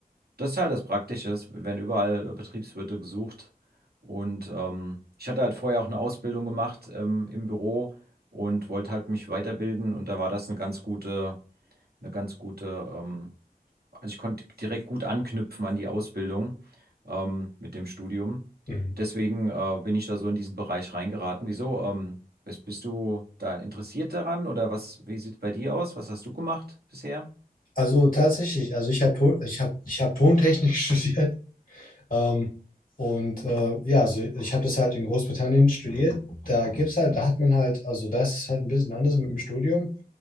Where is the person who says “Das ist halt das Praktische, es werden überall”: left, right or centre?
Right